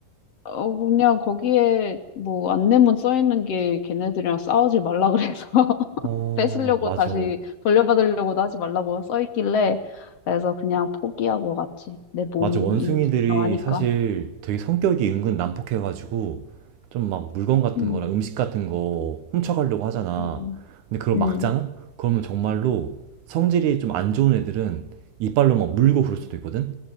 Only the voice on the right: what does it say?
어,
맞아.
맞아, 원숭이들이
사실 되게 성격이 은근 난폭해가지고 좀 막 물건 같은
거나 음식 같은 거 훔쳐가려고 하잖아.
근데 그걸
막잖아? 그러면 정말로 성질이 좀 안 좋은 애들은 이빨로 막 물고 그럴 수도 있거든?